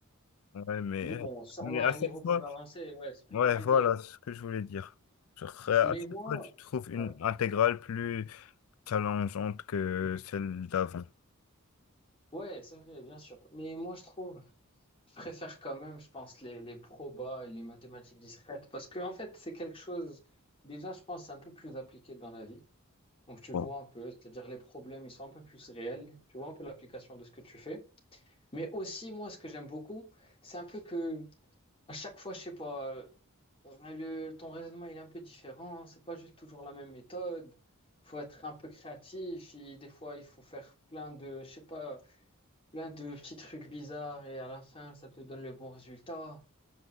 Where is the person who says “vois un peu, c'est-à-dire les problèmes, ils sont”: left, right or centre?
Left